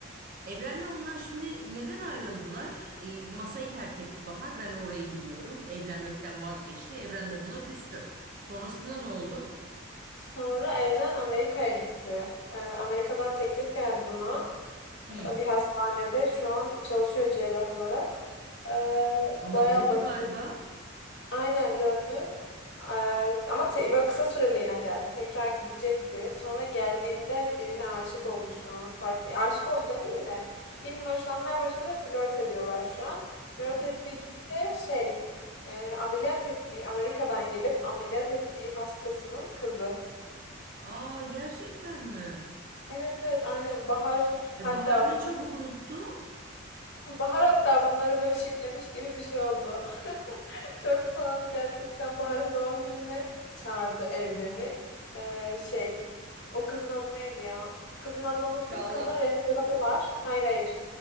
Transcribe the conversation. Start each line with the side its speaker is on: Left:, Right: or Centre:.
Right: Evren'le onlar şimdi neden ayrıldılar? E, masayı terk etti Bahar. Ben orayı biliyorum. Evlenmekten vazgeçti. Evren de buna küstü. Sonrasında ne oldu?
Left: Sonra Evren Amerika'ya gitti. E, Amerika'dan teklif geldi buna.
Right: Hı.
Left: Bir hastanede şu an çalışıyor cerrah olarak. E,
Right: Ama
Left: bayağı
Right: döndü
Left: başarılı.
Right: galiba.
Left: Aynen döndü. Eee, ama te- böyle kısa süreliğine geldi. Tekrar gidecekti. Sonra geldiğinde birine aşık oldu şu an. Farklı. Aşık oldu demeyeyim de. Birinin hoşlanmaya başladı ve flört ediyorlar şu an. Flört
Right: Aa,
Left: ettiği kişi de şey eee, ameliyat ettiği Amerika'dan gelip ameliyat ettiği hastasının kızı.
Right: aa gerçekten mi?
Left: Evet evet aynen Bahar
Right: E
Left: hatta
Right: Bahar'ı ne
Left: bu
Right: çabuk unuttu?
Left: Bahar hatta bunları böyle şiplemiş gibi bir şey oldu. <laughs> Çok tuhaf gerçekten. Bahar'ın doğum gününe çağırdı Evren'i. Ee, şey, o kızın adı neydi ya? Kızın adını unuttum.
Right: Çağla.
Left: Kızın restoranı var. Hayır hayır.